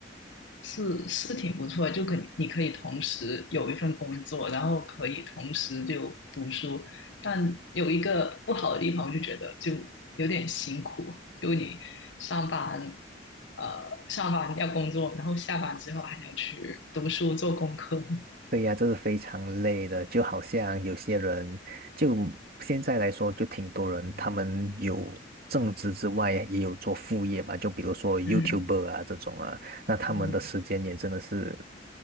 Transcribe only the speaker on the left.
是是挺不错的，就可你可以同时有一份工作，然后可以同时就读书。但有一个不好的地方，我就觉得就有点辛苦，就你上班。呃，上班要工作，然后下班之后还要去读书做功课。
嗯
嗯。